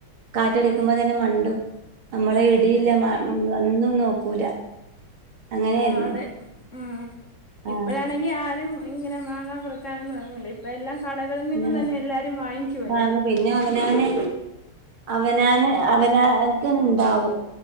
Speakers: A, on the right (about 70°); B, on the left (about 40°).
A: കാറ്റടിക്കുമ്പോ
B: അന്നായിരുന്നു
A: തന്നെ മണ്ടും നമ്മള്
B: ആ
A: ഇടിയില്ല
B: അതെ
A: ഉം ഒന്നും നോക്കൂല അങ്ങനെയായിരുന്നു
B: ആഹ് അതെ ഉം
A: ആഹ്
B: ഇപ്പഴാണെങ്കി ആരും ഇങ്ങനെ മാങ്ങാ പറിക്കാനൊന്നും ഇറങ്ങില്ല അപ്പ എല്ലാം കടകളിൽ നിന്നും
A: അങ്ങനെ
B: തന്നെ എല്ലാരും വാങ്ങിക്കുവ അല്ലേ
A: ആണ് പിന്നെ അവനാന് അവനാന് അവനാക്ക് ഉണ്ടാവും